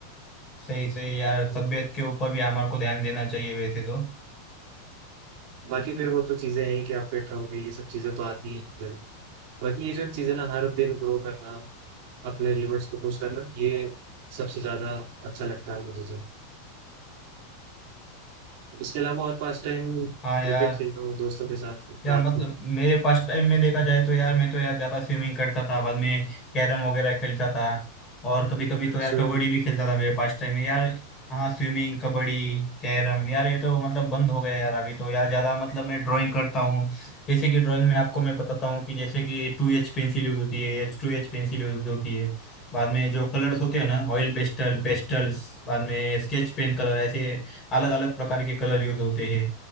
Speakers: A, on the left (about 15°); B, on the right (about 40°).
A: सही सही यार
B: है जी।
A: तबीयत के ऊपर भी हमारे को ध्यान देना चाहिए वैसे तो
B: बाकी फिर वो तो चीजें हैं कि आप फिट रहोगे ये सब चीजें तो आती हैं जिम बाकी ये जो चीजें ना हर दिन ग्रो करना अपने लिमिट्स को पुश करना ये सबसे ज्यादा अच्छा लगता है मुझे जिम इसके अलावा और पास टाइम
A: हाँ
B: क्रिकेट
A: यार
B: खेलता हूँ दोस्तों के साथ
A: या
B: रात
A: मतलब
B: को
A: मेरे पास टाइम में देखा जाए तो यार मैं तो यार ज्यादा स्विमिंग करता था बाद में कैरम वगैरह खेलता था और कभी कभी तो यार
B: सोए
A: कबड्डी
B: में
A: भी खेलता था मेरे पास टाइम में यार हाँ स्विमिंग कबड्डी कैरम यार ये तो मतलब बंद हो गया यार अभी तो यार ज्यादा मतलब मैं ड्राइंग करता हूँ जैसे कि ड्राइंग में आपको मैं बताता हूँ कि जैसे कि टू एच पेंसिल यूज होती है H two H pencil use होती है बाद में जो कलर्स होते हैं ना ऑयल पेस्टल पेस्टल्स बाद में स्केच पेन कलर ऐसे अलग अलग प्रकार के कलर यूज होते हैं